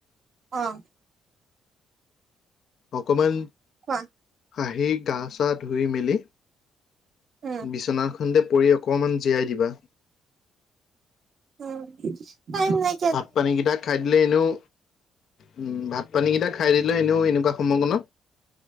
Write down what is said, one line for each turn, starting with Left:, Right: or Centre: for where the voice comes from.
Right: অ',
Left: অকমান
Right: কোৱা?
Left: আহি গা চা ধুই মেলি
Right: উম
Left: বিচনাখনতে পৰি অকণমান জীৰাই দিবা।
Right: উম, টাইম নাই।
Left: ভাত পানীকেইটা খাই দিলে এনেও উম, ভাত পানী কেইটা খাই দিলেও এনেও এনেকুৱা সময়কনত